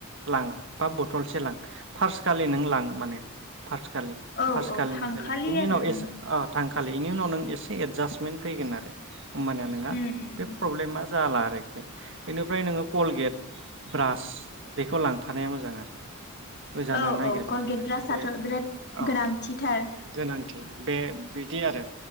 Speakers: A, on the right; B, on the left.
A: लां बा बथलसो लां फार्सखालि नों लां माने फासखालि
B: औ
A: फाखालिनिखो
B: औ हांखालि
A: लों बिनि
B: आरो
A: उनाव
B: उम
A: एस अ थां खालिनि उनाव नों एसे एडजास्टमेन्ट फैगोन आरो होमबानिया नोंङा
B: उम उम
A: जाला आरोखि बेनिफ्राय नोंङो कलगेट ब्रास बेखौ लांफानाया मोजां आरो ओजानो
B: औ
A: नागिरबाय
B: औ कलगेट
A: थानो
B: ब्रासआथ'
A: बे
B: बिराद
A: औ
B: गोनांथिथार
A: गोनांथि बे बिदि आरो